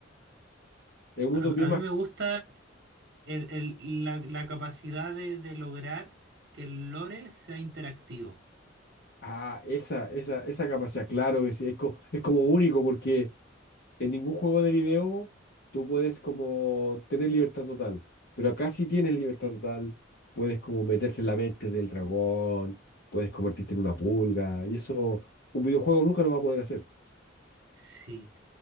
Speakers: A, on the left; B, on the right.
A: Es un
B: a,
A: mundo bien
B: a
A: más...
B: mí me gusta el- el- la, la capacidad de, de lograr que el lore sea interactivo.
A: Ah, esa, esa, esa capacidad, claro que sí, es, co- es como único porque... en ningún juego de video tú puedes como tener libertad total, pero acá sí tienes libertad
B: Sí.
A: total, puedes como meterte en la mente del dragón, puedes convertirte en una pulga, y eso un videojuego nunca lo va a poder hacer.
B: Sí.